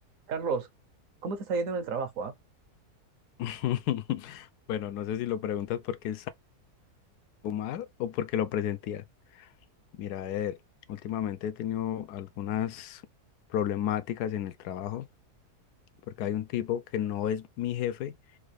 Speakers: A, on the right; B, on the left.
A: Carlos, ¿cómo te está yendo en el trabajo, ah?
B: <laughs> Bueno, no sé si lo preguntas porque es algo mal o porque lo presentía. Mira, a ver, últimamente he tenido algunas problemáticas en el trabajo porque hay un tipo que no es mi jefe,